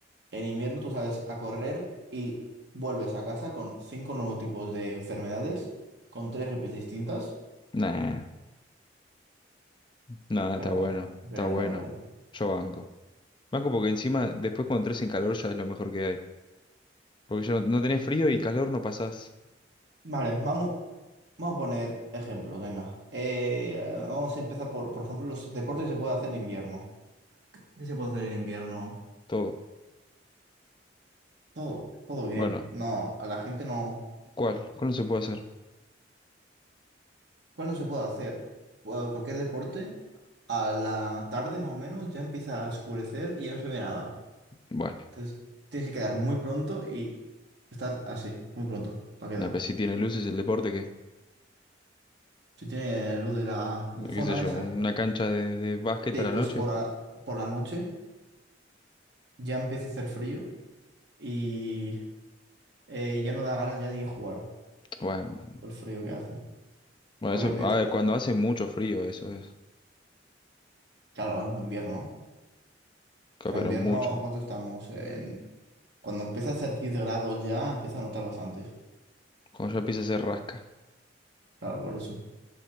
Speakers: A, on the right (about 65°); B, on the left (about 25°).
A: en invierno tú sales a correr y vuelves a casa con cinco nuevos tipos de enfermedades, con tres gripes distintas.
B: Nah, nah,
A: Verdad,
B: está bueno,
A: verdad,
B: está bueno.
A: verdad.
B: Yo banco. Banco porque encima, después cuando entres en calor ya es lo mejor que hay. Porque yo no, no tenés frío y calor no pasás
A: Vale, vamos, vamos a poner ejemplos, venga. Eh, vamos a empezar por, por ejemplo, los deportes que se puede hacer en invierno. ¿Qué se puede hacer en invierno?
B: todo.
A: Todo, todo bien.
B: Bueno,
A: No, a la gente no.
B: ¿cuál? ¿Cuál no se puede hacer?
A: ¿Cuál no se puede hacer? Cu- Cualquier deporte, a la tarde más o menos ya empieza a oscurecer y ya no se ve nada.
B: Bueno,
A: Entonces, tienes que quedar muy pronto y estar así, muy pronto, para quedar.
B: nah, pero si tiene luces el deporte, ¿qué?
A: Si tiene luz de la, la
B: ¿Qué
A: zona
B: sé yo?
A: esa.
B: ¿Una cancha de, de básquet
A: Sí,
B: a la
A: pues
B: noche?
A: por, la- por la noche ya empieza a hacer frío y eh, ya no da ganas ya ni jugar
B: Bueno,
A: por el frío que hace.
B: bueno,
A: Porque
B: eso,
A: en que
B: a
A: te-
B: ver, cuando hace mucho frío, eso es.
A: Claro, en invierno.
B: Ca-
A: O sea,
B: Pero
A: en invierno,
B: mucho.
A: ¿cuánto estamos? En... Cuando empieza a hacer 10 grados ya, empieza a notar bastante.
B: Cuando ya empieza a hacer rasca.
A: Claro, por eso.